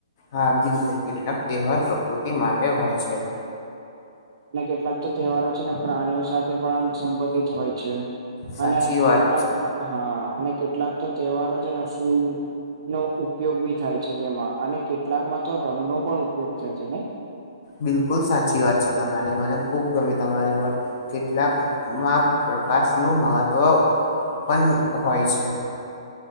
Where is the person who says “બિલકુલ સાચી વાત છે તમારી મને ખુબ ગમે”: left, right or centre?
Left